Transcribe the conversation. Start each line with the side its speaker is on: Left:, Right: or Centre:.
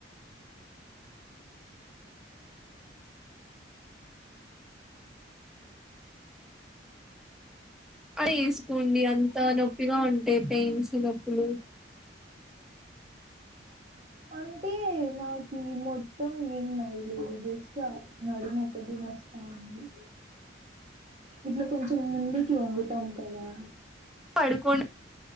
Centre: అయేసుకోండి అంతా నొప్పిగా ఉంటే పెయిన్స్ నొప్పులు.
Right: అంటే నాకి మొత్తం ఏం నొయలేదు జస్ట్ ఆ నడుము ఒ ఒకటి నోస్తా ఉంది. ఇట్లా కొంచెం ముందుకి వంగుతాం కదా
Centre: పడుకోం